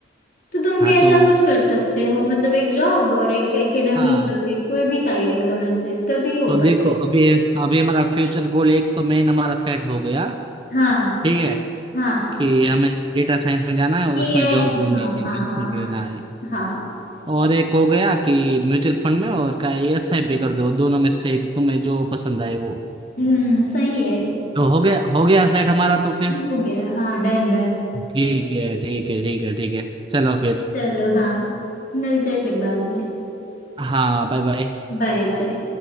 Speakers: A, on the left (about 45°); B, on the right (about 25°).
A: तो तुम
B: हाँ
A: भी ऐसा
B: तो
A: कुछ कर सकते हो मतलब एक जॉब और एक एकेडमी
B: हाँ
A: या फिर कोई भी साइड इनकम ऐसे तभी हो
B: तो देखो अभी अभी हमारा फ्यूचर गोल एक तो मेन हमारा सेट हो गया
A: हाँ
B: ठीक है
A: हाँ
B: कि हमें डेटा साइंस में जाना है और
A: ये
B: उसमें
A: गया
B: जॉब
A: है
B: ढूंढनी
A: हाँ
B: है
A: हाँ
B: प्लेसमेंट
A: हाँ हाँ
B: लेना है
A: हाँ
B: और एक हो गया कि म्यूचुअल फंड में और का एसआईपी भी कर दो दोनों में से एक तुम्हें जो पसंद आए वो
A: हम्म सही है
B: तो हो गया हो गया सेट हमारा तो फिर
A: हो गया हाँ डन डन
B: ठीक है ठीक है ठीक है ठीक है चलो फिर
A: चलो हाँ मिलते हैं फिर बाद में
B: हाँ बाय बाय
A: Bye bye